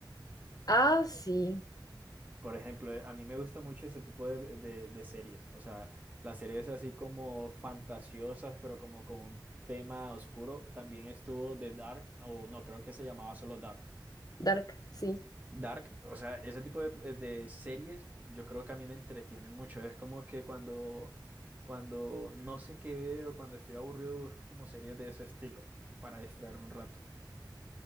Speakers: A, on the left; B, on the right.
A: Ah, sí,
B: Por ejemplo, eh, a mí me gusta mucho ese tipo de, de- de series. O sea, las series así como fantasiosas, pero como con un tema oscuro. También estuvo The Dark, o no, creo que se llamaba solo Dark.
A: Dark, sí.
B: Dark, o sea, ese tipo de, eh, de series yo creo que a mí me entretienen mucho. Es como que cuando, cuando no sé qué ver o cuando estoy aburrido busco como series de ese estilo para distraerme un rato.